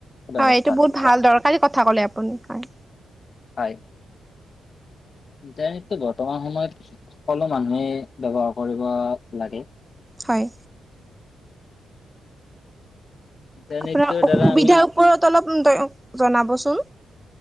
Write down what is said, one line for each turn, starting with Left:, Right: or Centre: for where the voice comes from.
Left: ব্যৱস্থা
Centre: হয় এইটো বহুত ভাল দৰকাৰী কথা ক'লে আপুনি হয়।
Left: হয়। ইণ্টাৰনেটটো বৰ্তমান সময়ত, সকলো মানুহে ব্যৱহাৰ কৰিব লাগে।
Centre: হয়!
Left: ইণ্টাৰনেটৰ
Centre: আপোনাৰ অসুবিধাৰ
Left: দ্বাৰা আমি
Centre: ওপৰত অলপ জনাবচোন?